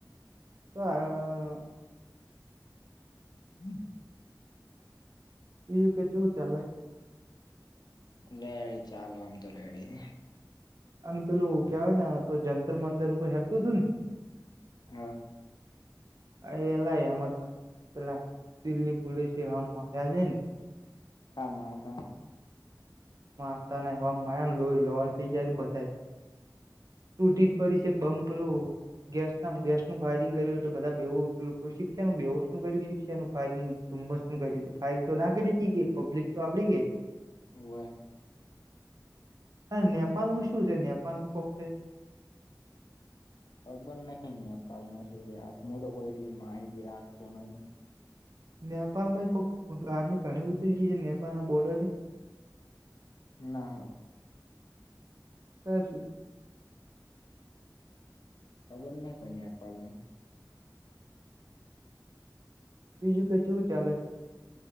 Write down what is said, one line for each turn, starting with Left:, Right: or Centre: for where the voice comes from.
Right: તો આ.
Left: હમ.
Right: જું કે શું ચાલે?
Left: રેડી ચાલ, આમ તો રેડી.
Right: અને પેલું કેવાય ને જંતર મંતર ઉપર હેડતું તું ને
Left: હા
Right: એ એલા અમદમાં પેલા દિલ્લી પોલીસે એ હમ માર્યા છે ને
Left: હામા તા
Right: માતાને એવા માર્યા લોઈ લોહન થઇ ગયા તું બધા તૂટી જ પડી છે બંમ પેલુ ગેસના ગેસનું ફાયરિંગ કર્યું એટલે બધા બેવુ શિક્ષાનું બેહોસનું કર્યું શિક્ષાનું ફાયરિંગ ધુમ્મસ શું કર્યુ તું ફાઇલ તો ના કરી કે પબ્લિક તો આપડી ગઈ.
Left: હોવે.
Right: આ નેપાલ નું શું છે નેપાલનું કોક તે
Left: ખબર નહિ નેપાલમાં શું છે હું તો કોઈ એટલી માહિતી રાખતો નહી.
Right: નેપાલમાં કોક આર્મી ઘણી ઉતરી છે નેપાલના બોર્ડરથી
Left: ના હોય.
Right: ક છું.
Left: ખબર નહી કોઈ નેપાલને
Right: બીજું કઈ કેવું ચાલે.